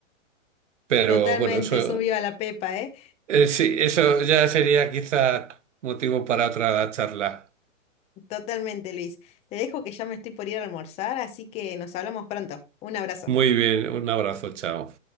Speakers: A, on the right; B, on the left.
A: Pero
B: Totalmente,
A: bueno, eso,
B: es un viva la pepa, ¿eh?
A: eh, sí, eso ya sería quizá motivo para otra charla.
B: Totalmente, Luis. Te dejo que ya me estoy por ir a almorzar, así que nos hablamos pronto. Un abrazo.
A: Muy bien, un abrazo, chao.